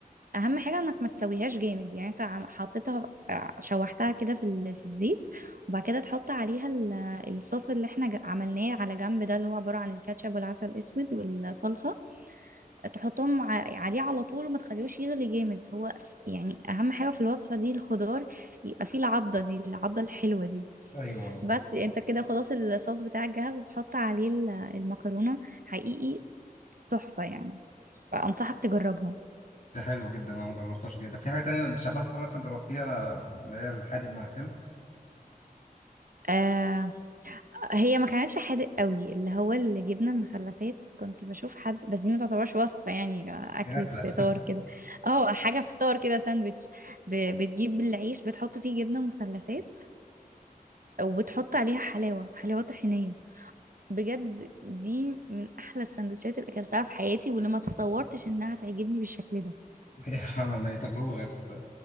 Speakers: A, on the right (about 65°); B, on the left (about 60°).
A: اهم حاجه انك ما تسويهاش جامد يعني انت عم- حطيتها آه، شوحتها كده في ال- في الزيت وبعد كده تحط عليها ال- الصوص اللي احنا ج- عملناه على جنب ده اللي هو عباره عن الكاتشب والعسل الاسود والصلصه تحطهم ع- عليه على طول وما تخليهوش يغلي جامد هو ف- يعني اهم حاجة في الوصفة دي الخضار يبقى فيه العضة دي العضة الحلوة دي
B: ايوه
A: بس انت كده خلاص الصوص بتاعك جاهز وتحط عليه ال- المكرونة حقيقي تحفة يعني فأنصحك تجربها
B: ده حلو جدا انا ما جربتهاش كده في حاجه تانية شبهها مثلا جربتيها اللي هي الحادق مع الحلو
A: آه هي ما كانتش حادق قوي اللي هو الجبنة المثلثات كنت بشوف حد بس دي ما تعتبرش وصفة يعني أكلة
B: دي اكله
A: فطار كده اه حاجة فطار كده ساندويتش ب- بتجيب العيش بتحط فيه جبنة مثلثات وبتحط عليها حلاوة حلاوة طحينية بجد دي من أحلى السندوتشات اللي أكلتها في حياتي واللي ما تصورتش إنها تعجبني بالشكل ده
B: <laughs> هي فعلا هي تجربه غريبه